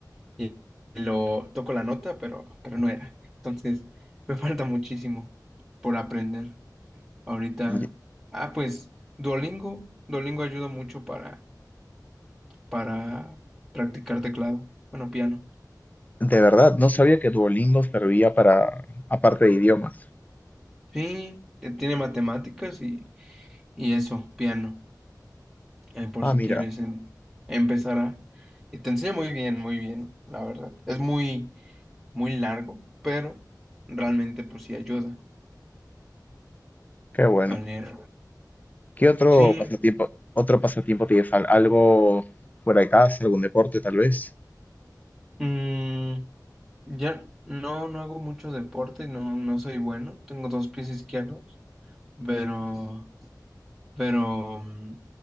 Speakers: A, in the centre; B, on the left.
A: Y lo toco la nota, pero, pero no era. Entonces, me <laughs> falta muchísimo por aprender. Ahorita,
B: Y-
A: ah, pues, Duolingo, Duolingo ayuda mucho para, para practicar teclado, bueno, piano.
B: De verdad, no sabía que Duolingo servía para, aparte de idiomas.
A: Sí, eh, tiene matemáticas y, y eso, piano, eh, por
B: Ah,
A: si
B: mira,
A: quieres em- empezar a... Y te enseña muy bien, muy bien, la verdad. Es muy muy largo, pero realmente pues sí ayuda
B: qué bueno.
A: a leer.
B: ¿Qué otro
A: Sí,
B: pasatiempo, otro pasatiempo tienes? ¿Al- ¿Algo fuera de casa, algún deporte tal vez?
A: mm, ya no, no hago mucho deporte, no, no soy bueno, tengo dos pies izquierdos, pero, pero mm,